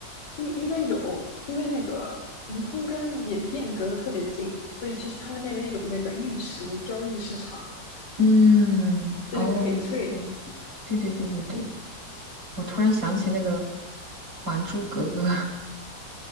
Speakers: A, on the left; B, on the right.
A: 应应该有，因为那个腾冲跟缅甸隔得特别近，所以其实他们那边有那个玉石交易市场，
B: 嗯，
A: 就那个翡翠，
B: 哦，对，对对对对对，我突然想起那个《还珠格格》，